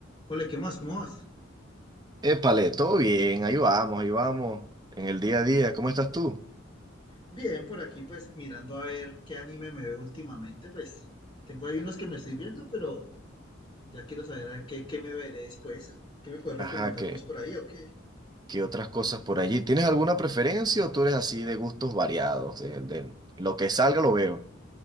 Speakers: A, on the left; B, on the right.
A: Ole, ¿qué más? ¿Cómo vas?
B: Épale, todo bien, ahí vamos, ahí vamos, en el día a día, ¿cómo estás tú?
A: Bien, por aquí pues mirando a ver qué anime me veo últimamente, pues tengo ahí unos que me estoy viendo, pero ya quiero saber a qué, qué me veré después. ¿Qué me puedes recomendar
B: Ajá, ¿qué,
A: vos por ahí o qué?
B: qué otras cosas por allí? ¿Tienes alguna preferencia o tú eres así de gustos variados? De, de lo que salga lo veo.